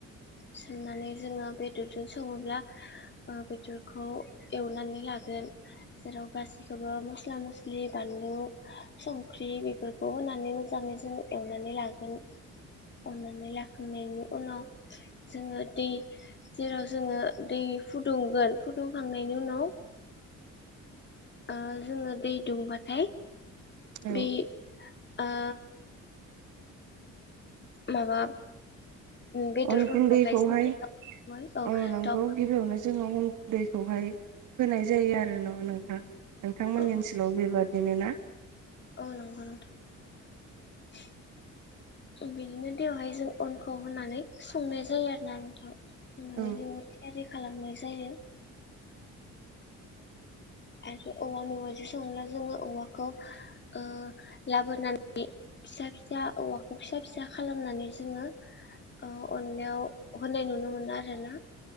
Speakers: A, on the left (about 35°); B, on the right (about 85°).
A: सोमनानै जोङो बेदरजों सङोब्ला बेदरखौ एवनानै लागोन जेराव गासिखौबो मस्ला मस्लि बानलु संख्रि बेफोरखौ होनानै मोजाङै जों एवनानै लागोन अननानै लाखांयनायनि उनाव जोङो दै जेराव जोङो दै फुदुंगोन फुदुंखांनायनि उनाव ओ जोङो दै दुंबाथाय
B: औ
A: बे ओ माबा बेदरफोरखौहाय
B: अन गुन्दैखौहाय
A: जों औ
B: ओ नंगौ
A: दाउ
B: गिबियावनो जोङो अन दैखौहाय होनाय जायो आरो न' नोंथां नोंथांमोननि
A: औ
B: ओनसोलाव बेबादिनो ना
A: औ नंगौ नोंथां बिदिनो दैवहाय जों अनखौ होनानै संनाय जायो आरोना नोंथां होनानै
B: औ
A: जोङो थियारि खालामनाय जायो आरो औवा मेवाजों संब्ला जोङो औवाखौ ओ लाबोनानै फिसा फिसा औवाखौ फिसा फिसा खालामनानै जोङो ओ अननायाव होनाय नुनो मोनो आरो ना